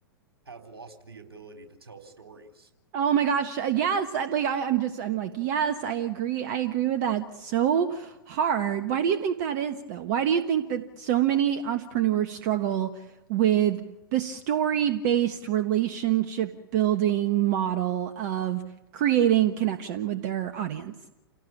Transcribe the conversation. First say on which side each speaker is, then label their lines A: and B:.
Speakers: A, on the right (about 75°); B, on the right (about 45°).
A: have lost the ability to tell stories.
B: Oh my gosh. uh, Yes. I, like I, I'm just, I'm like, yes, I agree. I agree with that. So hard. Why do you think that is, though? Why do you think that so many entrepreneurs struggle with the story-based relationship building model of creating connection with their audience?